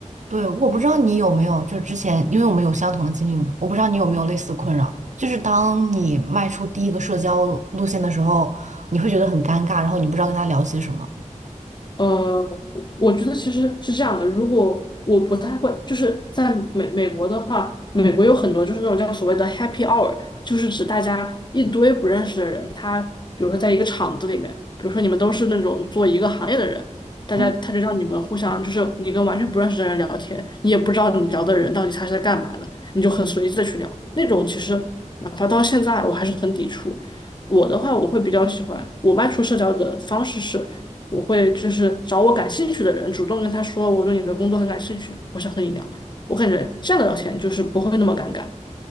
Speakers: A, on the right (about 65°); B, on the left (about 35°).
A: 对，我不知道你有没有，就是之前，因为我们有相同的经历嘛，我不知道你有没有类似的困扰，就是当你迈出第一个社交路线的时候，你会觉得很尴尬，然后你不知道跟他聊些什么。
B: 呃，我觉得其实是这样的。如果我不太会，就是在美美国的话，美国有很多就是那种叫所谓的 happy hour，就是指大家一堆不认识的人，他比如说在一个厂子里面，比如说你们都是那种做一个行业的人，大家他就让你们互相就是你跟完全不认识的人聊天，
A: 嗯。
B: 你也不知道你聊的人到底他是在干嘛的，你就很随意的去聊。那种其实哪怕到现在我还是很抵触。我的话，我会比较喜欢我外出社交的方式是。我会就是找我感兴趣的人，主动跟他说我对你的工作很感兴趣，我想和你聊。我感觉这样的聊天就是不会那么尴尬。